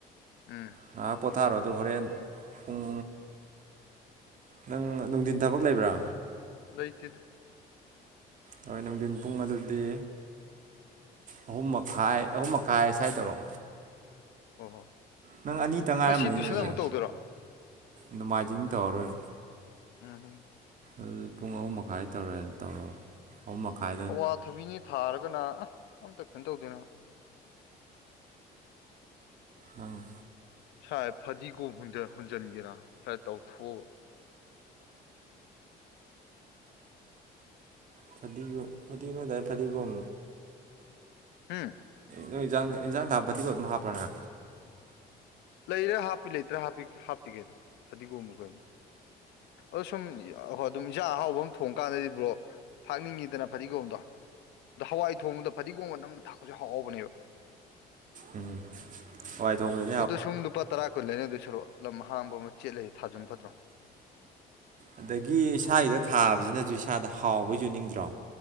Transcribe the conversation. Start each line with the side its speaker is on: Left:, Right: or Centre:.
Left: ꯎꯝ
Right: ꯉꯥꯏꯍꯥꯛ ꯄꯣꯊꯥꯔꯣ ꯑꯗꯨꯒꯥ ꯍꯣꯔꯦꯟ ꯄꯨꯡ ꯅꯪ ꯅꯨꯡꯊꯤꯟ ꯊꯕꯛ ꯂꯩꯕ꯭ꯔꯥ
Left: ꯂꯩꯇꯦꯗ
Right: ꯍꯣꯏ ꯅꯨꯡꯊꯤꯟ ꯄꯨꯡ ꯑꯗꯨꯗꯤ ꯑꯍꯨꯝ ꯃꯈꯥꯏ ꯑꯍꯨꯝ ꯃꯈꯥꯏ ꯁ꯭ꯋꯥꯏꯗꯇꯧꯔꯣ
Left: ꯍꯣꯏ ꯍꯣꯏ
Right: ꯅꯪ ꯑꯅꯤ ꯇꯪ ꯉꯥꯏꯔꯝꯃꯅꯤꯅꯦ
Left: ꯅꯪ ꯁꯤ ꯇꯨꯏꯁꯟ
Right: ꯑꯗꯨꯗꯤ
Left: ꯑꯃꯨꯛ ꯇꯧꯗꯣꯏꯔꯣ
Right: ꯅꯣꯡꯃꯥꯏꯖꯤꯡ ꯇꯧꯔꯔꯣꯏꯕ
Left: ꯎꯝ ꯎꯝ
Right: ꯑꯗꯨ ꯄꯨꯡ ꯑꯍꯨꯝ ꯃꯈꯥꯏ ꯇꯧꯔꯦ ꯇꯧꯔꯣ ꯑꯍꯨꯝ ꯃꯈꯥꯏ
Left: ꯑꯋꯥꯊꯕꯤꯅꯤ ꯊꯥꯔꯒꯅ ꯑ ꯑꯝꯇ ꯀꯩꯅꯣ ꯇꯧꯗꯣꯏꯅ
Right: ꯎꯝ
Left: ꯁꯥꯏ ꯐꯗꯤꯒꯣꯝ ꯍꯨꯟꯖꯤꯟꯒꯦꯅ ꯁꯥꯏ ꯇꯧꯊꯣꯛ
Right: ꯐꯗꯤꯒꯣꯝ ꯐꯗꯤꯒꯅꯣꯣꯏꯗꯥꯔꯦ ꯐꯗꯤꯒꯣꯝ
Left: ꯎꯝ
Right: ꯅꯪ ꯏꯟꯖꯥꯡ ꯏꯟꯖꯥꯡ ꯅꯥ ꯐꯗꯤꯒꯣꯏꯕꯝ ꯍꯥꯞꯄ꯭ꯔꯅ
Left: ꯂꯩꯔꯥ ꯍꯥꯞꯄꯤ ꯂꯩꯇ꯭ꯔꯥ ꯍꯥꯄꯤ ꯍꯥꯞꯇꯤ ꯀꯩꯅꯣ ꯐꯗꯤꯒꯣꯝꯃꯒ ꯑꯗ ꯁꯨꯝ ꯑꯩꯈꯣꯏ ꯑꯗꯨꯝ ꯏꯟꯥꯡ ꯑꯍꯥꯎꯕ ꯑꯃ ꯊꯣꯡ ꯀꯥꯟꯗꯗꯤꯕ꯭ꯔꯣ ꯊꯥꯛꯅꯤꯡꯉꯤꯗꯅ ꯐꯗꯤꯒꯣꯝꯗꯣ ꯑꯗꯣ ꯍꯋꯥꯏ ꯊꯣꯡꯕꯗꯣ ꯐꯗꯤꯒꯣꯝꯒ ꯅꯝꯅ ꯊꯥꯛꯄꯁꯨ ꯍꯥꯎꯕꯅꯦꯕ
Right: ꯎꯝ ꯍꯣꯏ ꯊꯣꯡꯦ
Left: ꯑꯗꯨꯗ ꯁꯨꯝ ꯂꯨꯄꯥ ꯇꯔꯥ ꯀꯨꯟ ꯂꯩꯅ ꯑꯗꯨꯣꯏ ꯁꯔꯣ ꯂꯝ ꯑꯥꯡꯕ ꯑꯃ ꯆꯦꯠꯂ ꯊꯥꯖꯟ ꯐꯠꯇ꯭ꯔꯣ
Right: ꯑꯗꯒꯤ ꯏꯁꯥꯒꯤꯗ ꯊꯥꯕꯁꯤꯅꯁꯨ ꯏꯁꯥꯗ ꯍꯥꯎꯕꯩꯁꯨꯨ ꯅꯤꯡꯗ꯭ꯔꯣ